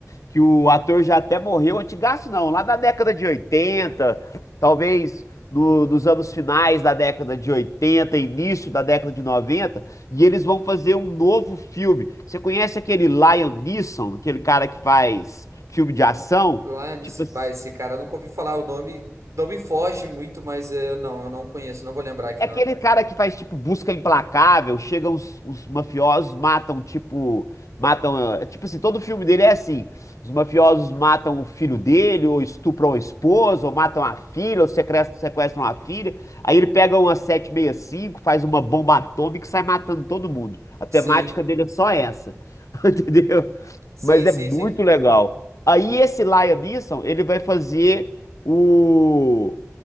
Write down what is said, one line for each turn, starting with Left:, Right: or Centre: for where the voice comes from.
Left: que o ator já até morreu, antigaço não, lá da década de 80 talvez no- nos anos finais da década de 80 início da década de 90 e eles vão fazer um novo filme. Você conhece aquele Liam Neeson, aquele cara que faz filme de ação?
Right: Lá nisso,
Left: Tipo assim.
Right: pai, esse cara eu nunca ouvi falar o nome. Não me foge muito, mas eh, não, eu não conheço, não vou lembrar aqui
Left: É
Right: na
Left: aquele
Right: hora.
Left: cara que faz, tipo, busca implacável, chegam os, os mafiosos, matam, tipo, matam, é, tipo assim, todo filme dele é assim, os mafiosos matam o filho dele, ou estupram a esposa, ou matam a filha, ou sequestram, sequestram a filha, aí ele pega uma sete meia cinco, faz uma bomba atômica e sai matando todo mundo. A temática
Right: Sim,
Left: dele é só essa, <laughs> entendeu?
Right: sim,
Left: Mas
Right: sim,
Left: é muito
Right: sim.
Left: legal. Aí esse Liam Neeson, ele vai fazer o,